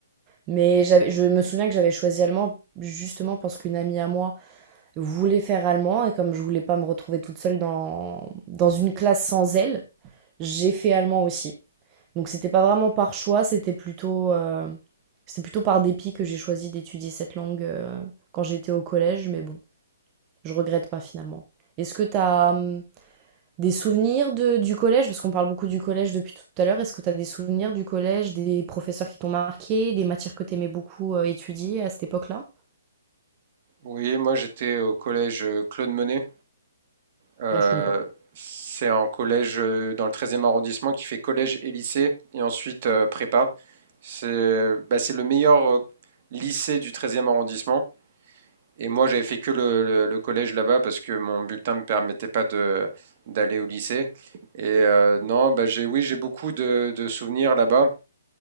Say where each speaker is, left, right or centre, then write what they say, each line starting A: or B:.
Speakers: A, on the right; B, on the right.
A: Mais j'avais- je me souviens que j'avais choisi allemand justement parce qu'une amie à moi voulais faire allemand et comme je voulais pas me retrouver toute seule dans, dans une classe sans elle, j'ai fait allemand aussi. Donc c'était pas vraiment par choix, c'était plutôt, euh, c'était plutôt par dépit que j'ai choisi d'étudier cette langue euh, quand j'étais au collège, mais bon, je regrette pas finalement. Est-ce que t'as hum, des souvenirs de, du collège? Parce qu'on parle beaucoup du collège depuis tout à l'heure. Est-ce que t'as des souvenirs du collège, des professeurs qui t'ont marqué, des matières que t'aimais beaucoup euh, étudier à cette époque-là?
B: Oui, moi j'étais au collège euh, Claude Monet. Euh,
A: Là, je connais pas.
B: c'est un collège euh, dans le treizième arrondissement qui fait collège et lycée, et ensuite euh, prépa. C'est bah, c'est le meilleur euh, lycée du treizième arrondissement. Et moi, j'avais fait que le, le- le collège là-bas parce que mon bulletin me permettait pas de d'aller au lycée. Et euh, non, bah j'ai oui, j'ai beaucoup de, de souvenirs là-bas,